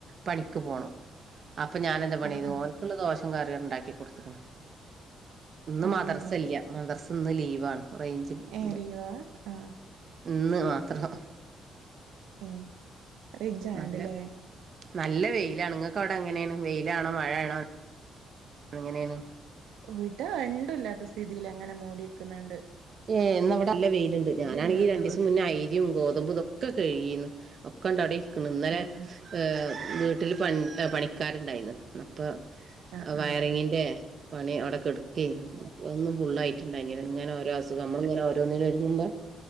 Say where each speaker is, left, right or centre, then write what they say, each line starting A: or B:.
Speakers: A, on the right; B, on the right.
A: പണിക്ക് പോണം അപ്പൊ ഞനെന്താ പണിയ്തു
B: ആഹ് ആഹ്
A: ഓൻക്ക്ള്ള ദോശിംകറിം ഉണ്ടാക്കി കൊട്ത്ത്ക്ക്ണ് ഇന്ന്
B: ആഹ്
A: മദ്രസല്ല
B: ആഹ്
A: മദ്രസ് ഇന്ന് ലീവാണ് റൈഞ്ച് കിട്ടല്ല
B: ഏഹ് ലീവാ ആഹ്
A: ഇന്ന് മാത്രം
B: ഉ റൈഞ്ച ആവണ്ടല്ലേ
A: നല്ല നല്ല വെയിലാണ്ങ്ങക്ക് അവിടെ എങ്ങനെയാണ് വെയിലാണോ മഴയാണോ എങ്ങനെയാണ്
B: വിടെ വണ്ടുല്ലാത്ത സ്ഥിതിയിലങ്ങനെ മൂടിയെക്ക്ന്നുണ്ട്
A: ഏ ന്നവിടെ നല്ല വെയിലുണ്ട് ഞാനാണെങ്കി
B: ഇല്ലാത്ത
A: രണ്ടിസം
B: കോലത്തിൽ
A: മുന്നേ അയ്രി ഗോതമ്പും ഇതൊക്കെ <unintelligible> ഒക്കെണ്ടട ഇര്ക്ക്ണ് ഇന്നലെ
B: ആഹ് ആഹ്
A: <unintelligible> ട്ടിൽ പണി പണിക്കാരുണ്ടായിരുന്നു അപ്പോ
B: ആഹ്
A: വയറിങ്ങിൻ്ന്റെ
B: ആഹ്
A: പണി അവിടെക്കെട്ക്കെനി ഒന്നും ഫുള്ളായിട്ട്ണ്ടായില്ല ഇങ്ങനെ ഓരോ അങ്ങനെ ഓരോന്നിനും ഒരുങ്ങുമ്പോ